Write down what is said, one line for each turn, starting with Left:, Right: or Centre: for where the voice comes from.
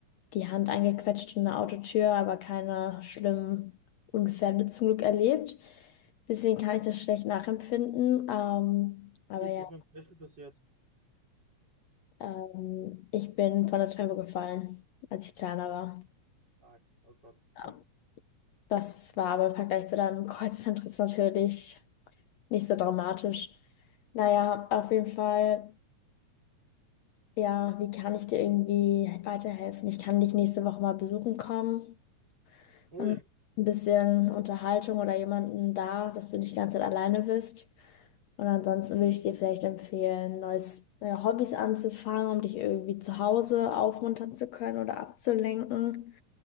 Left: die Hand eingequetscht in eine Autotür, aber keine schlimmen Unfälle zum Glück erlebt. Deswegen kann ich das schlecht nachempfinden. Ähm, aber
Right: ist
Left: ja,
Right: das mit dem Löffel passiert?
Left: ähm, ich bin von der Treppe gefallen, als ich kleiner war.
Right: Stark. Oh Gott.
Left: Ja,
Right: <laughs>
Left: das war aber im Vergleich zu deinem <laughs> Kreuzbandriss natürlich nicht so dramatisch. Naja, auf jeden Fall. Ja, wie kann ich dir irgendwie weiterhelfen? Ich kann dich nächste Woche mal besuchen kommen.
Right: Ui,
Left: Dann ein bisschen Unterhaltung oder jemanden da, dass du nicht die ganze Zeit alleine bist. Und ansonsten würde ich dir vielleicht empfehlen, neues äh, Hobbys anzufangen, um dich irgendwie zu Hause aufmuntern zu können oder abzulenken.